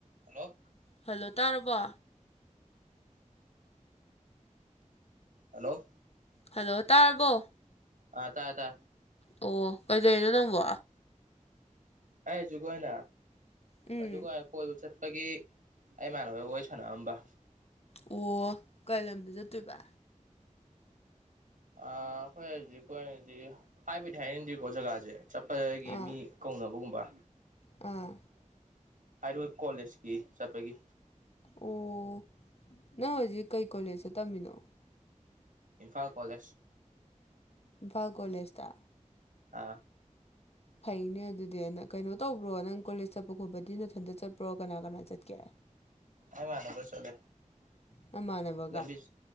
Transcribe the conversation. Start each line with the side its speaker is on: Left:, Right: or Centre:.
Right: Hello
Left: hello ꯇꯥꯔꯕꯣ꯫
Right: Hello
Left: hello ꯇꯥꯔꯕꯣ꯫
Right: ꯑ ꯇꯥꯏ ꯑ ꯇꯥꯏ
Left: ꯑꯣ ꯀꯩꯗꯧꯅꯣ ꯅꯪꯕꯣ꯫
Right: ꯑꯦꯖꯒꯣꯏꯅ
Left: ꯎꯝ
Right: ꯑꯗꯨꯒꯥ ꯀꯣꯏꯕ ꯆꯠꯄꯒꯤ ꯑꯩꯃꯥꯟꯅꯕꯣꯏ ꯋꯥꯔꯤ ꯁꯥꯟꯅꯔꯝꯕ꯫
Left: ꯑꯣ ꯀꯩ ꯂꯝꯗ ꯆꯠꯇꯨꯏꯕ꯫
Right: ꯑ ꯑꯈꯣꯏ ꯍꯧꯖꯤꯛꯀꯤ ꯑꯣꯏꯅꯗꯤ ꯍꯥꯏꯕꯗꯤ ꯍꯥꯏꯅꯤꯡꯗꯦꯀꯣ ꯖꯒꯥꯖꯦ ꯆꯠꯄꯗꯒꯤ
Left: ꯑꯥ
Right: ꯃꯤ ꯀꯧꯅꯕꯒꯨꯝꯕ
Left: ꯑꯥ
Right: ꯍꯥꯏꯔꯣꯏ ꯀꯣꯂꯦꯖꯀꯤ ꯆꯠꯄꯒꯤ
Left: ꯑꯣ ꯅꯪ ꯍꯧꯖꯤꯛ ꯀꯩ ꯀꯣꯂꯦꯖꯇ ꯇꯝꯃꯤꯅꯣ
Right: ꯏꯝꯐꯥꯜ ꯀꯣꯂꯦꯖ꯫
Left: ꯏꯝꯐꯥꯜ ꯀꯣꯂꯦꯁꯗ꯫
Right: ꯑꯥ
Left: ꯐꯩꯅꯦ ꯑꯗꯨꯗꯤ ꯅꯪ ꯀꯩꯅꯣ ꯇꯧꯕ꯭ꯔꯣ ꯅꯪ ꯀꯣꯂꯦꯖ ꯆꯠꯄ ꯈꯣꯠꯄꯗꯤ ꯅꯊꯟꯇ ꯆꯠꯄ꯭ꯔꯣ ꯀꯅꯥ ꯀꯅꯥ ꯆꯠꯀꯦ꯫
Right: ꯑꯃꯥꯟꯅꯕ ꯆꯂꯦ
Left: ꯑꯃꯟꯅꯕ
Right: ꯂꯝꯕꯤ